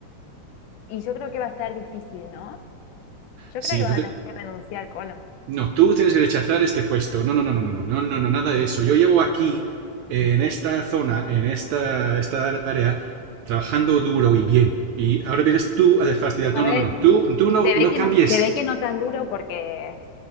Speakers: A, on the left (about 85°); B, on the right (about 75°).
A: Y yo creo que va a estar difícil, ¿no? Yo
B: Sí,
A: creo que
B: entonces
A: vas a tener que renunciar, Colo.
B: No, tú tienes que rechazar este puesto. No, no, no, no, no, no, no, no, no, nada de eso. Yo llevo aquí, eh, en esta zona, en esta, esta área, trabajando duro y bien. Y ahora vienes tú a fastidiar.
A: A
B: No,
A: ver,
B: no, no, no. Tú, tú no,
A: se
B: no
A: ve que
B: cambies.
A: no, se ve que no. No tan duro porque